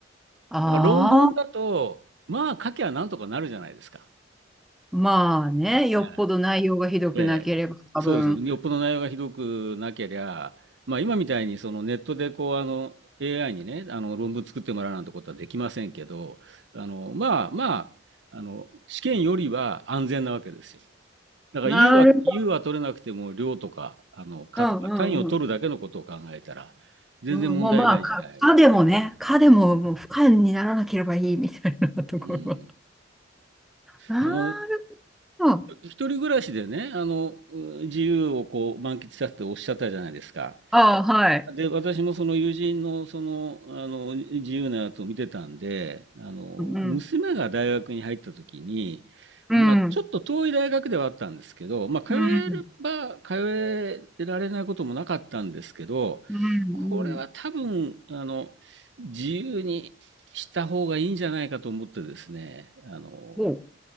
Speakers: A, in the centre; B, on the right.
A: ああ、
B: だから論文だと、まあ書きゃなんとかなるじゃないですか。
A: まあね、よっぽど内容がひどくなければ多分。
B: はいええ、そうです。よっぽど内容がひどくなけりゃ、まあ今みたいにそのネットでこうあの AI にね、あの論文作ってもらうなんてことはできませんけど、あの、まあまあ、あの、試験よりは安全なわけですよ。だから
A: なるほど。
B: U は、U は取れなくても量とか、あの、かとか、
A: うんうん
B: 単位を取るだけのことを考えたら、全然問題ない時代。
A: うんもうまあ、か、かでもね、かでももう不可にならなければいいみたいなところは。
B: うん。
A: なる
B: あの、
A: ほど。
B: 一人暮らしでね、あの、う自由をこう満喫したっておっしゃったじゃないですか。
A: ああ、はい。
B: で、私もその友人のその、あの、自由なやつを見てたんで、あの、
A: うん、
B: 娘が大学に入った時に、
A: うん、
B: まあ、ちょっと遠い大学ではあったんですけど、
A: うん、
B: まあ、通えれば通えられないこともなかったんですけど、
A: うん、うん。
B: これは多分、あの、自由にした方がいいんじゃないかと思ってですね、あの、
A: おう